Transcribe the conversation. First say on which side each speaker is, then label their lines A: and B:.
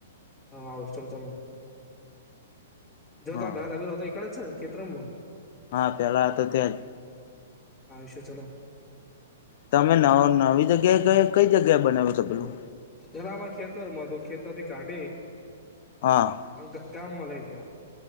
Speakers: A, on the left; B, on the left.
A: હા આવશું ચાલો. <unintelligible>
B: હા હા પેલા તો ત્યાં જ
A: હા આઈશું ચલો.
B: તમે નવ નવી જગ્યાએ કયે કંઈ જગ્યાએ બનાવ્યું છે પેલું?
A: પેલા અમાર ખેતર માં હતો, તો ખેતર થી કાઢી
B: હા.
A: અન ગ ગામમાં લઈ જ્યા.